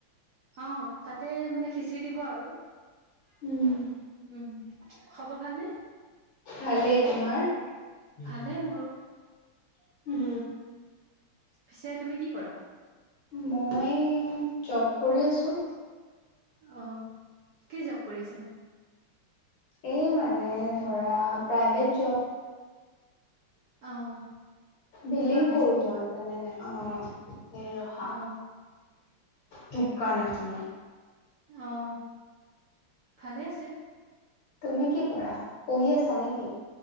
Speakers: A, on the right (about 65°); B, on the left (about 65°).
A: অঁ তাতে মানে খিছিৰি দিব আৰু।
B: উম
A: উম' খবৰ ভালনে?
B: ভালেই তোমাৰ? উম্
A: ভালে মোৰো। পিছে তুমি কি কৰা?
B: মই জব কৰি আছোঁ।
A: অ, কি জব কৰি আছানো?
B: এ্ মানে ধৰা প্ৰাইভেট জব।
A: অ'
B: বিলিং
A: কিবা বিজনে
B: কৰোঁ মই মানে অ্ঁ। এ ৰখা,
A: অ'
B: দোককান এখনত।
A: অঁ। ভালেই আছে।
B: তুমি কি কৰা? পঢ়ি আছা নে কি?